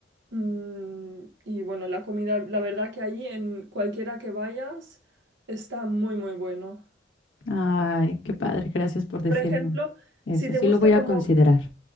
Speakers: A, on the right (about 65°); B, on the left (about 80°).
A: Mm, y bueno, la comida, la verdad que ahí en cualquiera que vayas está muy, muy bueno.
B: Ay, qué padre, gracias por decirme
A: Por ejemplo,
B: eso.
A: si te
B: Sí
A: gusta
B: lo voy a
A: como,
B: considerar.